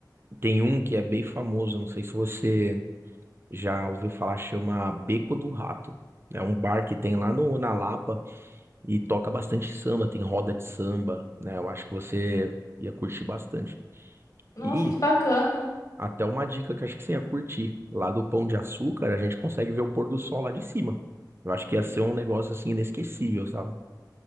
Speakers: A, on the right; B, on the left.
A: Tem um que é bem famoso, não sei se você já ouviu falar, chama Beco do Rato. É um bar que tem lá no, na Lapa. E toca bastante samba, tem roda de samba, né? Eu acho que você ia curtir bastante.
B: Nossa,
A: E
B: que bacana.
A: até uma dica que eu acho que você ia curtir. Lá do Pão de Açúcar, a gente consegue ver o pôr do sol lá de cima. Eu acho que ia ser um negócio assim inesquecível, sabe?